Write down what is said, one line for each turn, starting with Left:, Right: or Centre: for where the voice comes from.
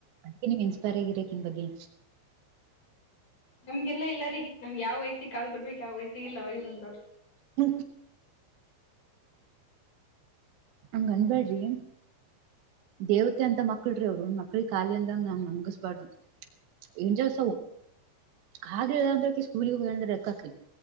Right: ಅದಕ್ಕೆ ನೀವು ಇನ್ಸ್ಪ ತರಗಿರಕಿನ್ ಬಗೆ
Left: ನಮ್ಗೆಲ್ಲ ಇಲ್ಲ ರೀ ನಮ್ಗೆ ಯಾವ ವಯಸಿ ಕಾಲ್ ಬರ್ಬೇಕಕ್ ಯಾವ ವಯಸ್ಸ ಇಲ್ಲ ಅವಾಗೆ ಬಂದವ್ರಿ
Right: ನ ಹಂಗ ಅನ್ಬ್ಯಾಡ್ರಿ ದೇವತೆ ಅಂತ ಮಕ್ಳ ರೀ ಅವ್ರು ಮಕ್ಳಿಗೆ ಖಾಲಿ ಅಂದಂಗ ನಮ್ ಹಂಗಸ್ಬಾರ್ದು ಎಂಜಸ ಹ ಹಾಗಂದ್ರ ಸ್ಕೂಲ ಹೋಗಿರೆ ಎಕ್ಕಾಕ್ಲಿ